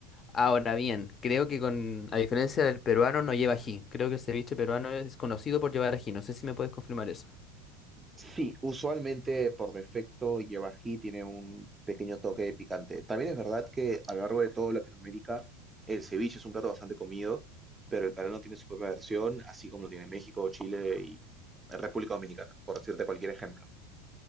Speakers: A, on the left; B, on the right.
A: Ahora bien, creo que con, a diferencia del peruano, no lleva ají. Creo que el ceviche peruano es conocido por llevar ají. No sé si me puedes confirmar eso.
B: Sí, usualmente por defecto lleva ají, tiene un pequeño toque de picante. También es verdad que a lo largo de toda Latinoamérica el ceviche es un plato bastante comido, pero el peruano tiene su propia versión, así como lo tiene México, Chile y República Dominicana, por decirte cualquier ejemplo.